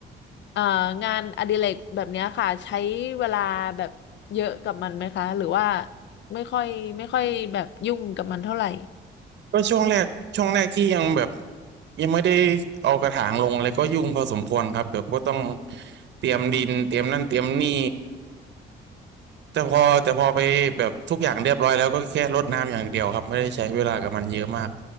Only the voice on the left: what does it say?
เอ่องานอดิเรกแบบเนี้ยค่ะใช้เวลาแบบเยอะกับมันไหมคะหรือว่าไม่ค่อยไม่ค่อยแบบยุ่งกับมันเท่าไหร่